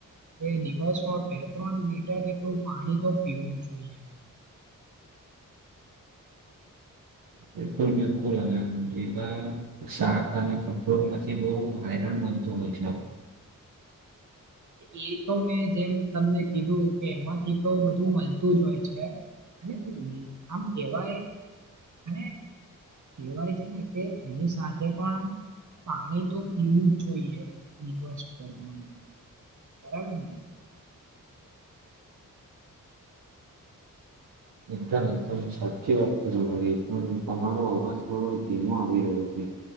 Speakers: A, on the right (about 55°); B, on the right (about 75°).
A: છે એ દિવસમાં બે ત્રણ લીટર જેટલું પાણી તો પીવું જ જોઈએ
B: બિલકુલ બિલકુલ અને આમ લીવા શાક અને કપોર માંથી બહુ એનામ મળતું હોય છે.
A: <inaudible> એ તો મેં જેમ તમને કીધું કે એમાંથી તો બધું મળતું જ હોય છે. અને આમ કેવાય અને કેવાય છે ને કે એની સાથે પણ પાણી તો પીવું જ જોઈએ દિવસભરમાં. બરાબરને?
B: એકદમ એકદમ સાચી વાત છે તમારી પણ તમારો અવાજ થોડો ધીમો આવી રહ્યો છે.